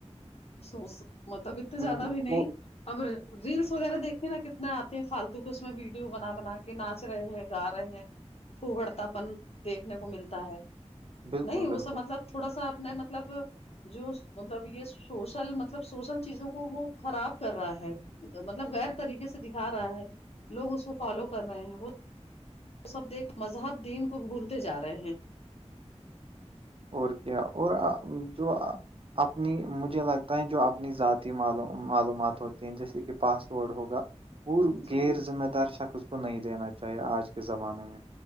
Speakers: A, on the left (about 60°); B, on the right (about 50°).
A: سو مطلب تو
B: م،
A: زیادہ بھی
B: او
A: نہیں اب ریلس وغیرہ دیکھیے نا کتنے آتے ہیں فالتو کے اس میں ویڈیو بنا بنا کے ناچ رہے ہیں گا رہے ہیں پوڑتا پن دیکھنے کو ملتا ہے
B: بالکل
A: نہیں اس
B: بالکل
A: سے مطلب تھوڑا سا اپنا مطلب جو مطلب یہ سوشل مطلب سوشل چیزوں کو وہ خراب کر رہا ہے مطلب غیر طریقے سے دکھا رہا ہے لوگ اس کو فالو کر رہے ہیں وہ تو سب دیکھ مذہب دین کو بھولتے جا رہے ہیں
B: اور کیا اور ا جو ا اپنی مجھے لگتا ہے جو اپنی ذاتی ما معلومات ہوتی ہیں جیسے کہ پاس ورڈ ہوگا اور
A: جی
B: غیر ذمہ دار شکس اس کو نہیں دینا چاہیے آج کے زمانے میں